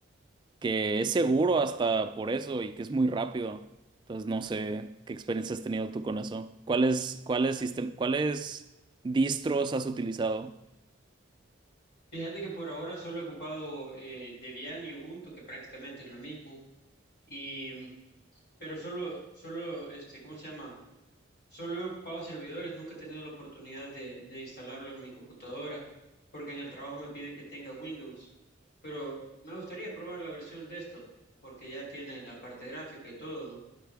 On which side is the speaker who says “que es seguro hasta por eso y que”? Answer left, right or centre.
Right